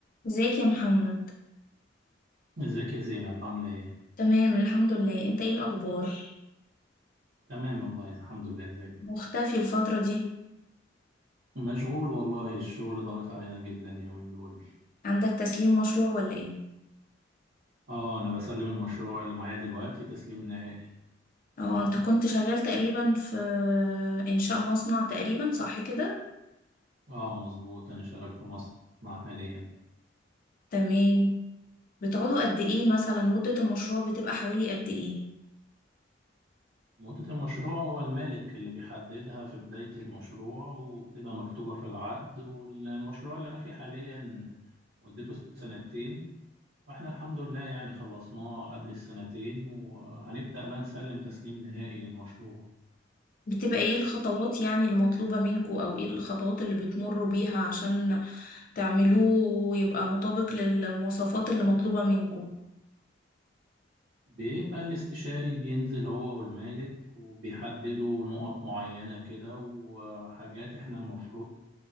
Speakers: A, on the left (about 50°); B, on the right (about 65°).
A: ازيك يا محمد
B: ازيك يا زينب عاملة ايه؟
A: تمام الحمد لله انت ايه الاخبار
B: تمام والله الحمد لله زي الفل
A: مختفي الفترة دي
B: مشغول والله الشغل ضغط علينا جدا اليومين دول
A: عندك تسليم مشروع ولا ايه
B: اه انا بسلم المشروع اللي معايا دلوقتي تسليم نهائي
A: اه انت كنت شغال تقريبا في انشاء مصنع تقريبا صح كده
B: اه مظبوط انا شغال في مصنع حاليا
A: تمام بتقعدوا قد ايه مثلا مدة المشروع بتبقى حوالي قد ايه
B: مدة المشروع هو المالك اللي بيحددها في بداية المشروع وبتبقى مكتوبة في العقد والمشروع اللي انا فيه حاليا مدته سنتين واحنا الحمد لله يعني خلصناه قبل السنتين وهنبدأ بقى نسلم تسليم نهائي للمشروع
A: بتبقى ايه الخطوات يعني المطلوبة منكوا او ايه الخطوات اللي بتمروا بيها عشان تعملوه ويبقى مطابق للمواصفات اللي مطلوبة منكوا
B: بيبقى الاستشاري بينزل هو والمالك وبيحددوا نقط معينة كده وحاجات احنا المفروض